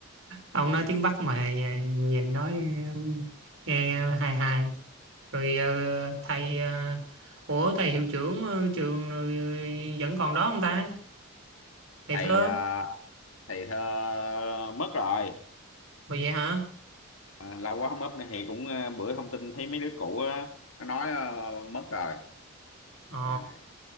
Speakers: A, on the right; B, on the left.
A: ông nói tiếng Bắc mà à, nhìn nói um, nghe um, hài hài rồi ờ, thầy ờ, ủa thầy hiệu trưởng ờ, trường ờ, vẫn còn đó không ta thầy
B: Thầy
A: thơ
B: ờ, thầy thơ mất rồi.
A: rồi vậy hả
B: Ờ, lâu quá không up này thì cũng ờ, bữa thông tin thấy mấy đứa cũ á nó nói ờ, mất rồi
A: ờ
B: trời